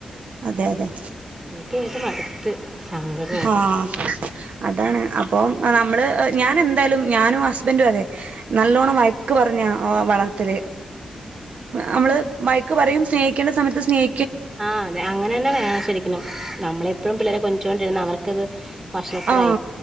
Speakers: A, on the right; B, on the right.
A: അതെ അതെ
B: ത് ഏത് അടുത്ത് സങ്കട
A: ആഹ അതാണ് അപ്പം നമ്മള് ഞൻ എന്തായാലും ഞാനും ഹുസ്ബൻഡ് നല്ലോണം വഴക്ക് പറഞ്ഞാ വളർത്തൽ നമ്മള് ബൈക്ക് പറയും സ്നേഹിക്കേണ്ട സമയത്ത് സ്നേഹ
B: ആഹ് അതെ അങ്ങനെ തന്നെ വേണം ശരിക്കും നമ്മളെപ്പോഴും പിള്ളേരെ കൊഞ്ചിച്ചോണ്ട് ഇരുന്നാൽ അവർക്കത് വഷളത്തരായി
A: ആ